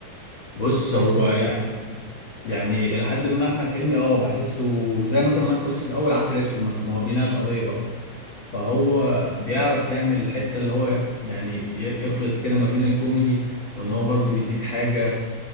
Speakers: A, on the left (about 70°); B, on the right (about 70°).
A: بص
B: شايف
A: هو
B: مين
A: يعني
B: مثلا
A: يعني الى حد ما احمد حلمي اه بحسه زي مثلا ما انت قلت في الاول عسل اسود مثلا ما هو بيناقش قضيه برضه فهو بيعرف يعمل الحتة اللي هو يعني ي- يخلط كده ما بين الكوميدي وان هو برضو يديك حاجة